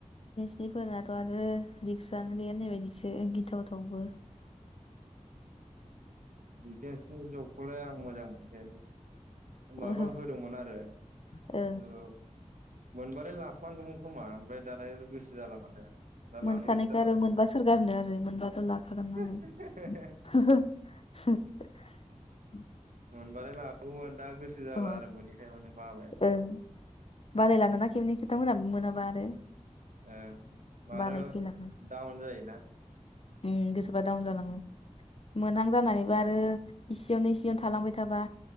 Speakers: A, on the left; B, on the right.
A: बिफोरनाथ' आरो रिक्सानो गैया होननाय बायदिसो गिथावथावबो।
B: डिफेन्सनि जबखौलाय आं मोजां मोनखाया लै माबा
A: ओं
B: होदोंमोन आरो
A: अ
B: ओ मोनबालाय लाफ्लांगौमोन खोमा ओमफ्राय दालाय गोसो जाला माथो दा
A: मोनखानायखौ
B: लानो गोसोजालाय
A: आरो मोनबा सोरगारनो आरो मोनबाथ' लाखागोन
B: <unintelligible>
A: नालाय <unintelligible>
B: मोनबालाय लागौमोन दा गोसो जाला
A: अ
B: आरो मोनैखाय माने। बाबाय
A: ओं बालाय लाांङोना खेबनै खेबथाम मोनाबा आरो।
B: ओं आरो
A: बानाय फैलाङो
B: डाउन जायोना
A: उम गोसोबा दाउन जलाङो मोनहां जानानैबो आरो इसेयावनो इसेयावनो थालांबाय थाबा